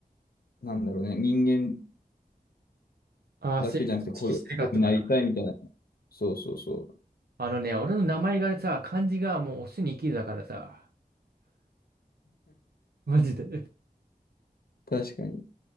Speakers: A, on the left; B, on the right.
A: なんだろうね、人間
B: ああ、
A: だけじゃなくて、
B: 性別意識してるかってこと
A: こういう男になりたいみたいな。そうそうそう。
B: あのね、俺の名前がさ、漢字がもうオスに生きるだからさ、マジで。
A: 確かに。